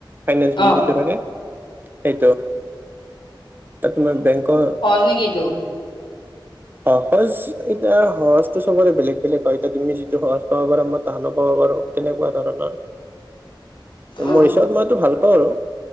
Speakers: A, on the right; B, on the left.
A: ফাইনেন্স বুলি
B: অ
A: যিটো থাকে সেইটো তাত তোমাৰ বেংক
B: কেনেক কিটো।
A: সহজ এতিয়া সহজটো চবৰে বেলেগ বেলেগ হয় এতিয়া তুমি যিটো সহজ পাব পাৰা মই টাননো পাব পাৰোঁ। তেনেকুৱা ধৰণৰ
B: অহ
A: মোৰ হিচাপত মইতো ভাল পাওঁ আৰু।